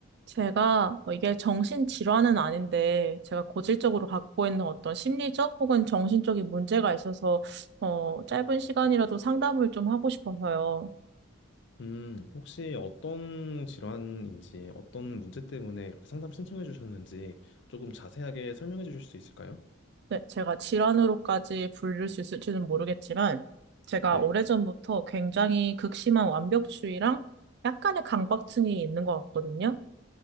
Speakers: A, on the right; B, on the left.
A: 제가 뭐 이게 정신질환은 아닌데 제가 고질적으로 갖고 있는 어떤 심리적 혹은 정신적인 문제가 있어서 어, 짧은 시간이라도 상담을 좀 하고 싶어서요.
B: 음, 혹시 어떤 질환인지, 어떤 문제 때문에 이렇게 상담 신청해 주셨는지 조금 자세하게 설명해 주실 수 있을까요?
A: 네, 제가 질환으로까지 불릴 수 있을지는 모르겠지만 제가
B: 네.
A: 오래전부터 굉장히 극심한 완벽주의랑 약간의 강박증이 있는 것 같거든요.